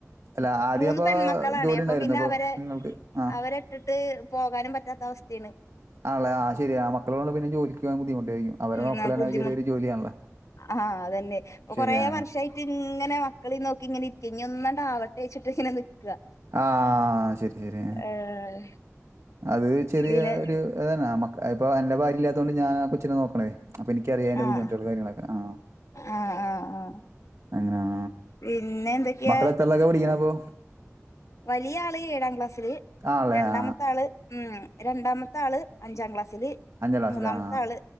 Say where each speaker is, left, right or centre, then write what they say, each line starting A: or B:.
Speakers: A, on the right (about 65°); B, on the left (about 70°).
A: അല്ല ആദ്യം
B: മൂന്ന്
A: അപ്പൊ
B: പെൺമക്കളാണ്
A: ജോലി
B: അപ്പൊ
A: ഉണ്ടായിരുന്നു
B: പിന്നെ അവരെ
A: നിങ്ങൾക്ക് ആ
B: അവരിട്ടിട്ട് പോകാനും പറ്റാത്ത..... വസ്ഥാണ്.
A: ആണല്ലെ ആഹ് ശരി ആ മക്കളണ്ട് പിന്നെ ജോലി..... ൻ ബുദ്ധിമുട്ടായിരിക്കും അവരെ
B: ഉം
A: നോക്കലന്ന
B: ബുദ്ധിമു
A: ചെറിയൊരു ജോലിയാണല്ലോ.
B: ആഹ് അതന്നെ ഇപ്പൊ
A: ശരിയാ
B: കൊറേ വർഷമായിട്ട് ഇങ്ങനെ മക്കളി നോക്കി ഇങ്ങന ഇഞ്ഞി ഒന്നണ്ടാവട്ട വെച്ചിട്ട് ഇങ്ങനെ.... നിക്ക
A: ആഹ് ശരി ശരി.
B: ഏഹ്
A: അത് ചെറിയ
B: പിന്നെ
A: ഒരു ഇതന്നെ ഇപ്പൊ എന്റെ ഭാര്യ ഇല്ലാത്തതൊണ്ട് ഞാനാ കൊച്ചിനെ നോക്കണതേ അപ്പൊ എനിക്കറിയാ....
B: ആഹ്
A: ബുദ്ധിമുട്ടുകൾ കാര്യങ്ങളൊക്കെ ആ.
B: ആഹ് ആഹ് ആഹ്
A: അങ്ങനെ ആ
B: പിന്നെ എന്തൊക്കെയാ
A: മക്കളെത്രേലൊക്കെ പിടിക്കണ അപ്പൊ?
B: വലിയ ആള് ഏഴാം ക്ലാസ്സിില്
A: ആ ആളെ
B: രണ്ടാമത്തെ
A: ആ
B: ആള്.... ഉം, രണ്ടാമത്തെ ആള് അഞ്ചാം ക്ലാസ്. സിൽ,
A: അഞ്ചാം ക്ലാസ്സില്
B: മൂന്നാമത്തെ
A: ആ
B: ആള്